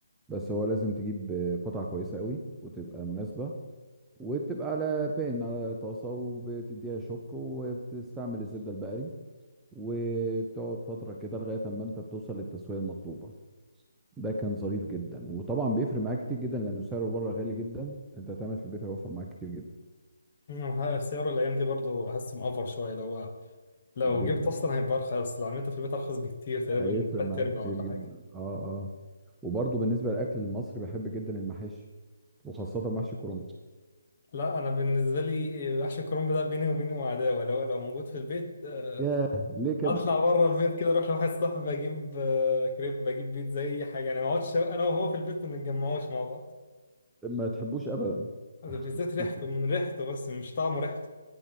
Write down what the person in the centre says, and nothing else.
بس هو لازم تجيب قطعه كويسه قوي وتبقى مناسبه وبتبقى على بان على طاسه وبتديها شوك وبتستعمل الزبده البقري وبتقعد فتره كده لغايه اما انت بتوصل للتسويه المطلوبه ده كان ظريف جدا وطبعا بيفرق معاك كتير جدا لانه سعره بره غالي جدا انت هتعمل في البيت هيوفر معاك كتير جدا
جدا
هيفرق
معاك
كتير
جدا
اه اه وبرضه بالنسبه للاكل المصري بحب جدا المحاشي وخاصه محشي كرنب
ياه ليه كده
ما تحبوش ابدا
<laughs> اه